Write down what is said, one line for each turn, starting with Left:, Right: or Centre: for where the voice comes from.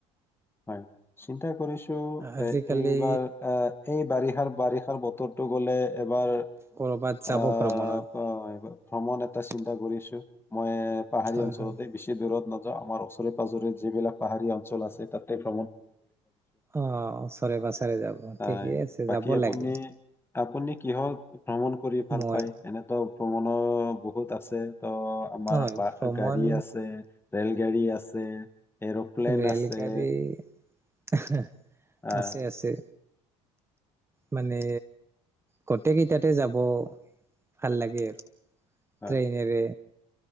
Left: হয় চিন্তা কৰিছ।
Right: আজিকালি
Left: এইবাৰ এই বাৰষাৰ বাৰিষাৰ বতৰটো গ'লে এবাৰ
Right: কৰ'বাত যাব
Left: আহ,
Right: ভ্ৰমণত।
Left: প- ভ্ৰমণ এটা চিন্তা কৰিছো মই পাহাৰি
Right: হয়
Left: অঞ্চশতে
Right: হয়
Left: বিশেষ বিৰোধ ন আমাৰ ওচৰে-পাজৰে যিবিলাক পাহাৰীয়া অঞ্চল আছে তাত
Right: অ' ওচৰে পাজৰে যাব,
Left: হয়,
Right: ঠিকেই আছে
Left: বাকী
Right: যাব
Left: আপুনি
Right: লাগে।
Left: আপুনি কিহত ভ্ৰমণ কৰি ভাল
Right: মই
Left: পায় এনেতও ভ্ৰমণ বহুত আছে। ত' আমাৰ
Right: হয়
Left: বা
Right: ভ্ৰমণ
Left: গাড়ী আছে ৰেল গাড়ী আছে। আছে। এৰোপ্লেন
Right: ৰেল
Left: আছে।
Right: গাড়ী <inaudible>
Left: আহ,
Right: আছে, আছে। মানে গোটেই কেইটাতে যাব ভাল লাগে আৰু।
Left: হয়
Right: ট্ৰেইনৰে